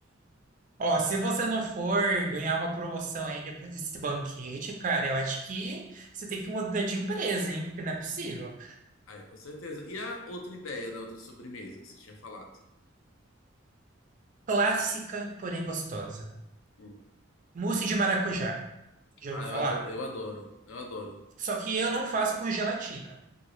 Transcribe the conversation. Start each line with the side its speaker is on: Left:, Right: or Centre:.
Right: Ó, se você não for ganhar uma promoção aí depois desse banquete, cara, eu acho que você tem que mudar de empresa, hein? Porque não é possível.
Left: Ai, com certeza. E a outra ideia da outra sobremesa que você tinha falado?
Right: Clássica, porém gostosa.
Left: Hum.
Right: Mousse de maracujá. Já
Left: Ah,
Right: ouviu falar?
Left: eu ado- eu adoro, eu adoro.
Right: Só que eu não faço com gelatina.